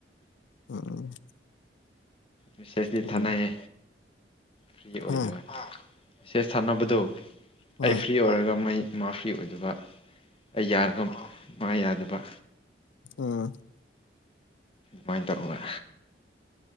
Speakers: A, on the left; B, on the left.
A: ꯎꯝ
B: ꯃꯤꯁꯦꯁꯗꯤ
A: ꯎꯝ
B: ꯊꯅꯌꯦ ꯐ꯭ꯔꯤ ꯑꯣꯏꯗꯕ
A: ꯍꯥ
B: ꯁꯦꯁ ꯁꯥꯟꯅꯕꯗꯣ
A: ꯍꯣꯏ
B: ꯑꯩ ꯐ꯭ꯔꯤ ꯑꯣꯏꯔꯒ ꯃꯩ ꯃꯥ ꯐ꯭ꯔꯤ ꯑꯣꯏꯗꯕ ꯑꯩ ꯌꯥꯔꯒ ꯃꯥ ꯌꯥꯗꯕ
A: ꯑꯥ
B: ꯃ ꯇꯧꯔ